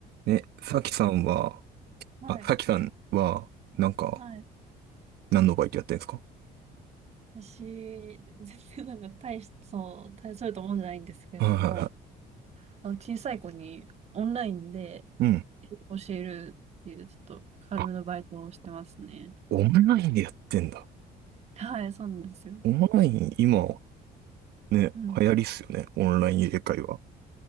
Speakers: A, on the right (about 70°); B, on the right (about 40°).
A: え、さきさんは、
B: はい、
A: あ、さきさんは、なんか、
B: はい。
A: 何のバイトやってんですか
B: 私、<laughs> 全然なんか大し、そう、大それたもんじゃないんですけれども、
A: はいはいは
B: あの小さい子にオンラインで
A: い。うん。
B: 英語を教えるっていう、ちょっと軽めのバイトをしてますね。
A: あ、オンラインでやってんだ。
B: はい、そうなんですよ。
A: オンライン、今、ね、
B: うん。
A: 流行りっすよね。オンライン英会話。